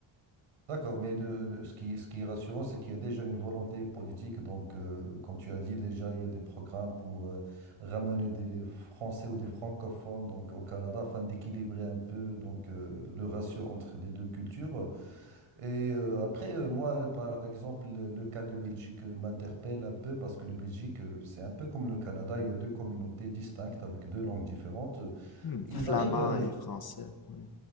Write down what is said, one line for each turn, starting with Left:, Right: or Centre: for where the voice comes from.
Right: D'accord, mais de, de- ce qui, ce qui est rassurant, c'est qu'il y a déjà une volonté politique. Donc, euh, comme tu as dit, déjà, il y a des programmes pour euh, ramener des Français ou des francophones donc, au Canada afin d'équilibrer un peu donc, euh, le ratio entre les deux cultures. Et euh, après, euh, moi, par exemple, le, le cas de Belgique euh, m'interpelle un peu parce que le Belgique, euh, c'est un peu comme le Canada, il y a deux communautés distinctes avec deux langues différentes. Euh,
Left: Hmm,
Right: Ils
Left: flamand
Right: arrivent, euh,
Left: et
Right: j-
Left: français. Oui,